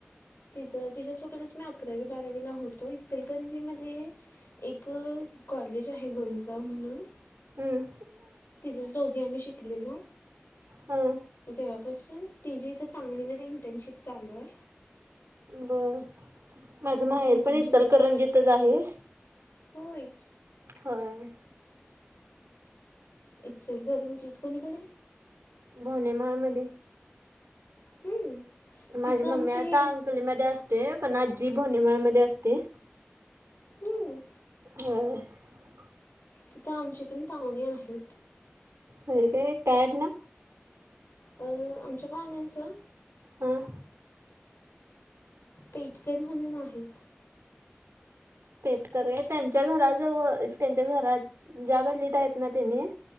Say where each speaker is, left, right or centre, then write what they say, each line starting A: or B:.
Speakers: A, on the left; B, on the right.
A: तिथं तिच्यासोबतच मी अकरावी बारावीला होतो. इचलकरंजीमध्ये इथं कॉलेज आहे गोविंदराव म्हणून.
B: हम्म.
A: तिथंच दोघी आम्ही शिकलेलो,
B: हा
A: तेव्हापासून तची इथं सांगलीमध्ये इंटर्नशिप चालू हाय.
B: बर, माझ माहेरपण
A: मग ती इंटर्नशिपसाठी
B: इचलकरंजीतच आहे.
A: होय.
B: होय.
A: इचलकरंजीत कुणीकडे?
B: भोनेमाळ मध्ये.
A: हम्म. तिथं
B: माझी मम्मी
A: आमचे
B: आता
A: हे
B: अंकलीमध्ये असते, पण आजी भोनेमाळमध्ये असते.
A: हम्म.
B: <unintelligible>
A: तिथं आमचे पण पाहुणे आहेत.
B: होय काय, काय आडनाव?
A: अ आमच्या पाहुण्यांचं
B: हां.
A: पेटकर म्हणून आहेत.
B: पेटकर हाय. त्यांच्या घराजवळ, त्यांच्या घरात ज्या गल्लीत आहेत ना तेनी,